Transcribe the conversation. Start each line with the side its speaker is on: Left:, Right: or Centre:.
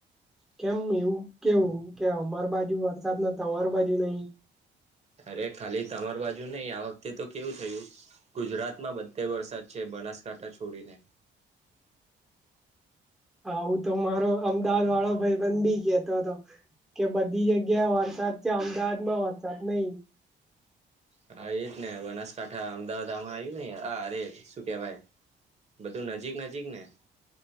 Centre: કેમ એવું કેવું કે અમાર બાજુ અર્થાત ન અમાર બાજુ નહી
Right: અરે ખાલી તમાર બાજુ નહીિ આ વખતે તો કેવું થયું ગુજરાત માં બધે વરસાદ છે બનાસકાંઠા છોડીને
Centre: હું તો મારો અમદાવાદ વાળો ભાઈ બન બી ગયોતો હતો કે બધી જગ્યાએ વરસાદ છે અમદાવાદ માં વરસાદ નહીિ
Right: હા એજ ને બનાસકાંઠા અમદાવાદ આમાં આવ્યું હા અરે શું કેવાય બધું નજીક નજીક ને